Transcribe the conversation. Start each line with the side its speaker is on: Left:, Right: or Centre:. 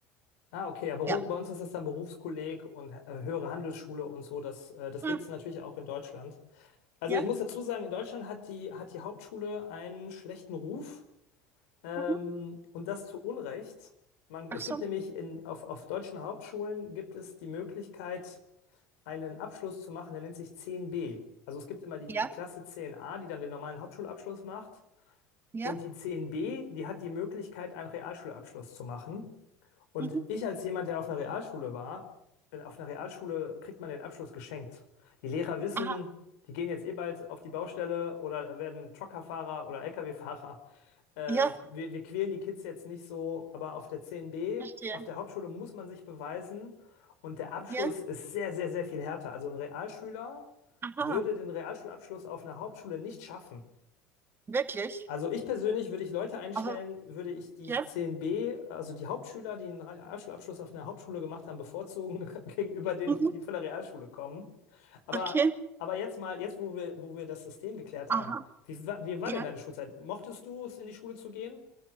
Left: Ah, okay, aber
Right: Ja.
Left: ru- bei uns ist es dann Berufskolleg und äh, höhere Handelsschule und so. Das, äh, das
Right: Hm,
Left: gibt es natürlich auch in Deutschland. Also
Right: Ja.
Left: ich muss dazu sagen, in Deutschland hat die, hat die Hauptschule einen schlechten Ruf. Ähm,
Right: Mhm.
Left: und das zu Unrecht. Man, es
Right: Ach so.
Left: gibt nämlich in, auf, auf deutschen Hauptschulen gibt es die Möglichkeit, einen Abschluss zu machen, der nennt sich zehn b Also es gibt immer die,
Right: Ja.
Left: die Klasse zehn a die dann den normalen Hauptschulabschluss macht.
Right: Ja.
Left: Und die zehn b die hat die Möglichkeit, einen Realschulabschluss zu machen. Und
Right: Mhm.
Left: ich als jemand, der auf einer Realschule war, äh, auf einer Realschule kriegt man den Abschluss geschenkt. Die Lehrer wissen,
Right: Aha.
Left: die gehen jetzt eh bald auf die Baustelle oder werden Truckerfahrer oder Lkw-Fahrer äh,
Right: Ja.
Left: wir, wir quälen die Kids jetzt nicht so, aber auf der C N B
Right: Verstehe.
Left: auf der Hauptschule muss man sich beweisen und der Abschluss
Right: Ja.
Left: ist sehr, sehr, sehr viel härter. Also ein Realschüler
Right: Aha.
Left: würde den Realschulabschluss auf einer Hauptschule nicht schaffen.
Right: Wirklich.
Left: Also ich persönlich würde ich Leute einstellen,
Right: Aha.
Left: würde ich die
Right: Ja.
Left: C N B also die Hauptschüler, die einen Realschulabschluss auf einer Hauptschule gemacht haben, bevorzugen <laughs> gegenüber denen,
Right: Mhm.
Left: die von der Realschule kommen. Aber,
Right: Okay.
Left: aber jetzt mal, jetzt wo wir, wo wir das System geklärt
Right: Aha.
Left: haben, wie, wa- wie war
Right: Ja.
Left: denn deine Schulzeit? Mochtest du es, in die Schule zu gehen?